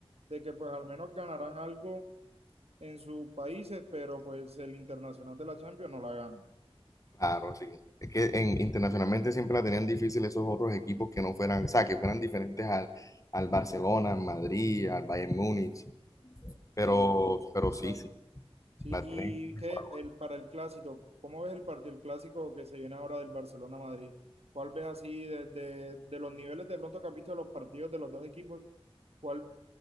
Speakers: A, on the right; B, on the left.
A: de que pues al menos ganarán algo en sus países, pero pues el internacional de la Champions no la gana.
B: Claro, sí. Es que en, internacionalmente siempre la tenían difícil esos otros equipos que no fueran, o sea, que fueran diferentes al, al Barcelona, al Madrid, al Bayern Múnich, pero,
A: Eh, eh,
B: pero
A: exacto.
B: sí, sí,
A: Sí,
B: la
A: y
B: tienen. mejorada.
A: qué el, para el clásico, ¿cómo ves el partido, el clásico que se viene ahora del Barcelona-Madrid? ¿Cuál ves así desde de los niveles de pronto que has visto de los partidos de los dos equipos? ¿Cuál